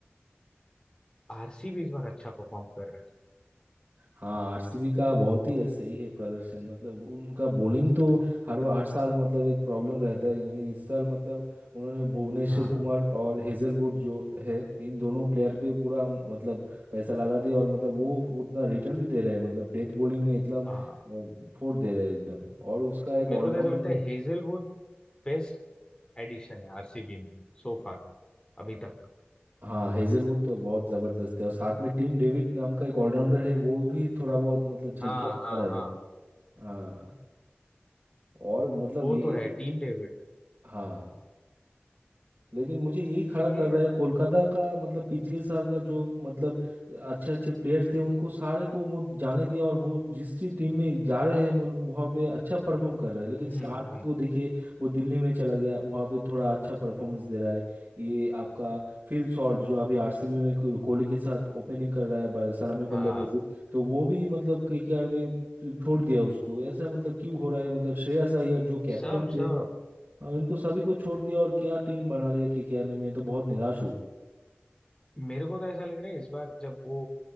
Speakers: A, on the left; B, on the right.
A: आरसीबी इस बार अच्छा परफॉर्म कर रहा है
B: हाँ आरसीबी का बहुत ही सही है प्रदर्शन मतलब उनका बॉलिंग तो हर हर साल मतलब एक प्रॉब्लम रहता है लेकिन इस साल मतलब उन्होंने भुवनेश्वर
A: हाँ
B: कुमार और हेजलवुड जो है इन दोनों प्लेयर पे पूरा मतलब पैसा लगा दिया और मतलब वो उतना रिटर्न भी दे रहे हैं मतलब डेथ बॉलिंग में इतना
A: हाँ
B: फोड़ दे रहे हैं एकदम और उसका एक
A: मेरे
B: ऑलराउंडर
A: को तो ऐसा लगता है हेजलवुड बेस्ट एडिशन है आरसीबी में सो फार अभी तक
B: हाँ हेजलवुड तो बहुत जबरदस्त है और साथ में टीम डेविड नाम का एक ऑलराउंडर है वो भी थोड़ा बहुत मतलब झलकियां
A: हाँ
B: दिखा
A: हाँ
B: रहा
A: हाँ
B: है हाँ और मतलब
A: वो
B: ये
A: तो है टीम डेविड
B: हाँ लेकिन मुझे यही खराब
A: ये
B: लग रहा है कोलकाता का मतलब पिछले साल का जो मतलब अच्छे अच्छे प्लेयर्स थे उनको सारे को वो जाने दिया और वो जिस भी टीम में जा रहे हैं मतलब वहाँ पे अच्छा परफॉर्म कर रहा है लेकिन स्टार्क
A: हम्म हम्म,
B: को देखिए वो दिल्ली में चला गया वहाँ पे थोड़ा अच्छा परफॉर्मेंस दे रहा है ये आपका फिल शॉर्ट जो अभी आरसीबी में को- कोहली के साथ ओपनिंग कर रहा है बल्ले- सलामी
A: हाँ
B: बल्लेबाजी तो वो भी मतलब केकेआर में छो- छोड़ दिया उसको ऐसा मतलब क्यों हो रहा है मतलब श्रेयस अय्यर जो कैप्टन
A: सब
B: थे
A: सब
B: हाँ, इनको सभी को छोड़ दिया और क्या टीम बना लिया केकेआर ने मैं तो बहुत निराश हूँ
A: मेरे को तो ऐसा लग रहा है इस बार जब वो